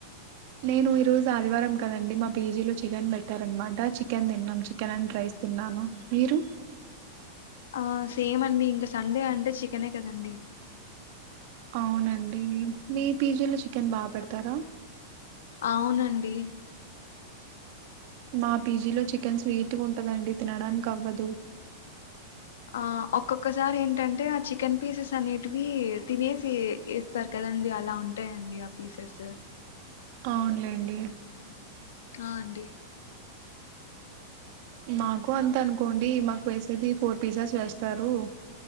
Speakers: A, on the right (about 45°); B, on the left (about 85°).
A: నేను ఈరోజు ఆదివారం కదండి మా పేజీలో చికెన్ పెట్టార అనమాట చికెన్ తిన్నాం చికెన్ అండ్ రైస్ తిన్నాను మీరు
B: ఆ సేమ్ అండి ఇంకా సండే అంటే చికెనే కదండి
A: అవునం మీ మిప్ పిజిలో చికెన్ బాగా పెడతారా
B: అవునండి
A: మా పీజీలో చికెన్ స్వీట్ ఉంటుందండి తినడానికి అవ్వదు
B: ఆ ఒక్కొక్కసారి ఏంటంటే ఆ చికెన్ పీసెస్ అనేటివి తినేసి ఇస్తారు కదండి అలా ఉంటాయండి ఆ పీసెస్
A: అవునులే అండి
B: ఆ అండి
A: మాకు అంత అనుకోండి మాకు వేసేది ఫోర్ పీసెస్ వేస్తారు